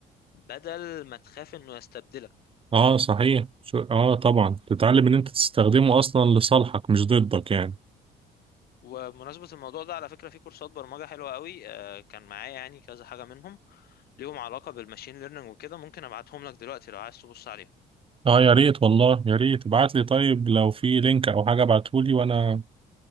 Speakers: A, on the left (about 65°); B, on the right (about 30°).
A: بدل ما تخاف انه يستبدلك
B: اه صحيح شو اه طبعا تتعلم ان انت تستخدمه اصلا لصالحك مش ضدك يعني
A: وبمناسبة الموضوع ده على فكرة في كورسات برمجة حلوة قوي آه كان معايا يعني كذا حاجة منهم ليهم علاقة بالماشين ليرنينج وكده ممكن ابعتهم لك دلوقتي لو عايز تبص عليهم
B: اه يا ريت والله يا ريت ابعت لي طيب لو في لينك او حاجة ابعتهولي وانا